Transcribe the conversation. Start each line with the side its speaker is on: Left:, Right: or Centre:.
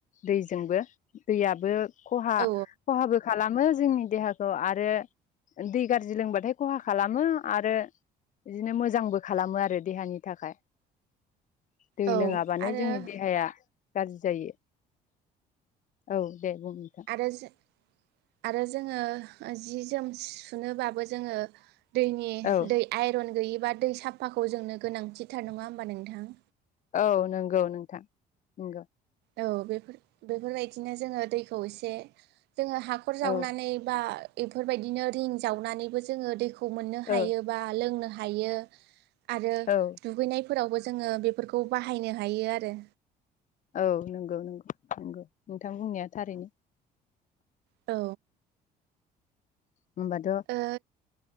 Left: दैजोंबो दैयाबो खहा
Right: औ
Left: खहाबो खालाम मो जोंनि देहाखौ आरो दै गाज्रि लोंबाथाय खहा खालामो आरो बिदिनो मोजांबो खालामो आरो देहानि थाखाय दै
Right: औ
Left: लोङाबानो
Right: आरो
Left: जोंनि देहाया गाज्रि जायो औ दे बुं नोंथां
Right: आरो जो आरो जोङो जि जोम सु सुनोबाबो जोङो दैनि
Left: औ
Right: दै आइरन गैयिबा दै साफाखौ जोंनो गोनांथिथार नङा होमबा नोंथां?
Left: औ नंगौ नोंथां नंगौ।
Right: औ बेफोर बेफोरबायदिनो जोङो दैखौ एसे जोङो हाखर जावनानै
Left: औ
Right: बा बेफोरबायदिनो रिं जावनानैबो जोङो दैखौ खौ मोननो हायोबा
Left: औ
Right: लोंनो हायो। हायो आरो
Left: औ
Right: दुगैनाय फोरावबो जोङो बेफोरखौ बाहायनो हायो आरो।
Left: औ नंगौ नंगौ नंगौ नोंथां बुंनाया थारैनो।
Right: औ।
Left: होमबाथ'
Right: ओ